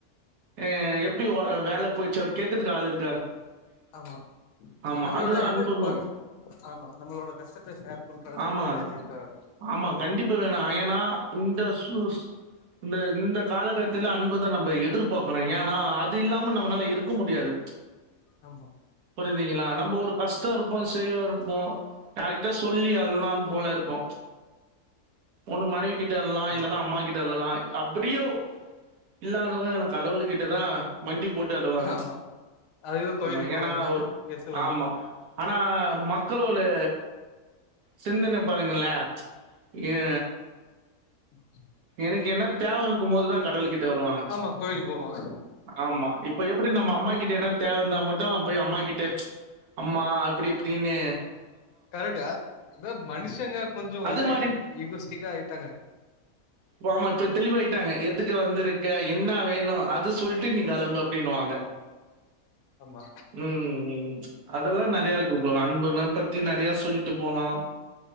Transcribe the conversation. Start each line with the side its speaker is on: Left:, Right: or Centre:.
Right: அ எப்டி வ வேல போச்சு அவர் கேக்கதுக்கு ஆள் இரு
Left: ஆமா
Right: ஆமா.
Left: நம்மளோட
Right: அதுதான்
Left: இது
Right: அன்புன்னும்.
Left: பகு ஆமா நம்மளோட கஷ்டத்த ஷேர் பண்றத்துக்கு
Right: ஆமா.
Left: இருக்காங்க
Right: ஆமா. கண்டிப்பா வேணா அயனா இந்த சு இந்த இந்த காலகட்த்தல அன்புதா நம்ம எதிர்பாக்குறோ ஏனா அது அது இல்லாம நம்மனால இருக்க முடியாது
Left: ஆமா
Right: புரியுதிங்களா நம்ம ஒரு கஷ்டோ இருப்போ செய்வா இருப்போ யார்கிட்ட சொல்லி அழலாம் போல இருக்கும் ஒண்ணு மனைவி கிட்ட அழுலாம்
Left: ஆமா
Right: இல்லன்னா அம்மா கிட்ட அழலாய் அப்புடியும் இல்லாதவுங்க எனக் கடவுள் கிட்டதா மண்டி போட்டு அழுவாங்க
Left: ஆமா அதுக்கு கோயிலுக்கு
Right: ஆமா
Left: போவாங்க
Right: ஏனா ஒர்
Left: பேசுவாங்க
Right: ஆமா ஆனா மக் மக்களுவுளே சிந்தன பாருங்களே ஏ
Left: <unintelligible>
Right: எனக்கு என்ன தேவ இருக்கும் போது தா கடவுள் கிட்ட வருவாங்க
Left: ஆமா கோயிலுக்கு போவோ
Right: ஆமா இப் இப்ப எப்புடி நம்ம அம்மா கிட்ட எனா தேவ இருந்தா மட்டும் போய் அம்மா கிட்ட அம்மா அப்டி இப்புடின்னு
Left: கரெட்டா இந்த மனுஷங்க கொஞ்சோ
Right: அது
Left: இதா
Right: மாரி
Left: ஆயிட்டாங்க இகோஸ்டிகா ஆயிட்டாங்க
Right: பாமா இப்ப தெளிவாயிட்டாங்க எதுக்கு வந்திருக்க என்னா வேணு அது சொல்ட்டு நீங்க கெளம்பு அப்டின்னுவாங்க
Left: ஆமா
Right: ம் ம் அதெல்லா நெறையா இருக்கு ப்ரோ அன்புனா பத்தி நெறைய சொல்ட்டு போலா